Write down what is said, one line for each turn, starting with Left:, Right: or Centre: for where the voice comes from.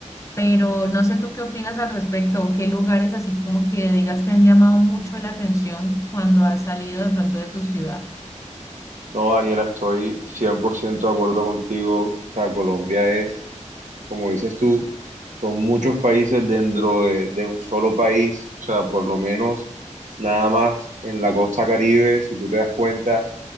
Left: pero no sé tú qué opinas al respecto o qué lugares así como que digas te han llamado mucho la atención cuando has salido de pronto de tu ciudad.
Right: No, Daniela, estoy 100% de acuerdo contigo. O sea, Colombia es, como dices tú, son muchos países dentro de, de un solo país. O sea, por lo menos nada más en la costa Caribe, si tú te das cuenta,